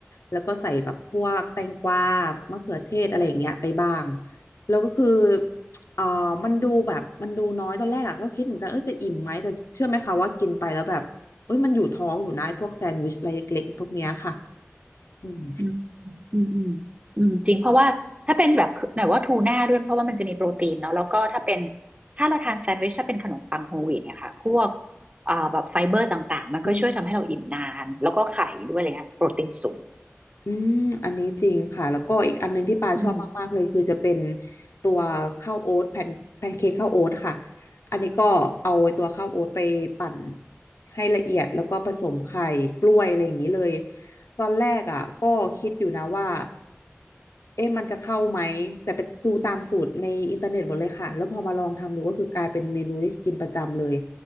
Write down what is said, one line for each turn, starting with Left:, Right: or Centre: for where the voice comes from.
Left: แล้วก็ใส่แบบพวกแตงกวามะเขือเทศอะไรอย่างเงี้ยไปบ้างแล้วก็คือเอ่อมันดูแบบมันดูน้อยตอนแรกอะก็คิดเหมือนกันเออจะอิ่มไหมแต่เชื่อไหมคะว่ากินไปแล้วแบบเอ้ยมันอยู่ท้องอยู่นะไอ้พวกแซนด์วิชอะไรเล็กๆพวกเนี้ยค่ะ อืม
Right: อืมอืมอืมอืมจริงเพราะว่าถ้าเป็นแบบหน่อยว่าทูน่าด้วยเพราะว่ามันจะมีโปรตีนเนาะแล้วก็ถ้าเป็นถ้าเราทานแซนด์วิชถ้าเป็นขนมปังโฮลวีตเนี่ยค่ะพวกอ่าแบบไฟเบอร์ต่างๆมันก็ช่วยทำให้เราอิ่มนานแล้วก็ไข่ด้วยอะไรเงี้ยโปรตีนสูง
Left: อืมอืมอันนี้จริงค่ะ แล้วก็อีกอันหนึงที่ปาชอบมากๆเลยคือจะเป็น
Right: อืม
Left: ตัวข้าวโอ๊ตแผ่นแพนเค้กข้าวโอ๊ตค่ะอันนี้ก็เอาตัวข้าวโอ๊ตไปปั่นให้ละเอียดแล้วก็ผสมไข่กล้วยอะไรอย่างนี้เลย ตอนแรกอ่ะก็คิดอยู่นะว่าเอ๊ะมันจะเข้าไหมแต่ไปดูตามสูตรในอินเทอร์เน็ตหมดเลยค่ะแล้วพอมาลองทำดูก็คือกลายเป็นเมนูที่กินประจำเลย